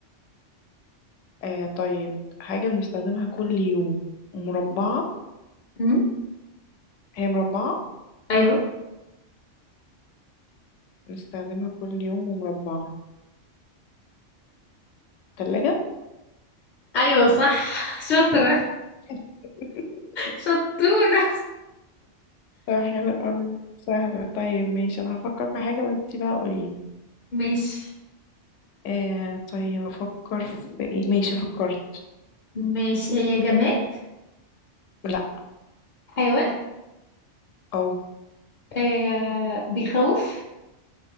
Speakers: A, on the left; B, on the left.
A: آه طيب حاجة بنستخدمها كل يوم ومربعة
B: مم،
A: هي مربعة
B: ايوه
A: بنستخدمها كل يوم ومربعة تلاجة
B: ايوه صح <laughs> شاطرة
A: <laughs>
B: شطورة
A: طيب حلو قوي سهلة طيب ماشي أنا هفكر في حاجة وانتي بقى قوليلي
B: ماشي
A: آه طيب أفكر في ايه ماشي فكرت
B: ماشي هي جماد
A: لا
B: حيوان
A: أو
B: آه بيخوف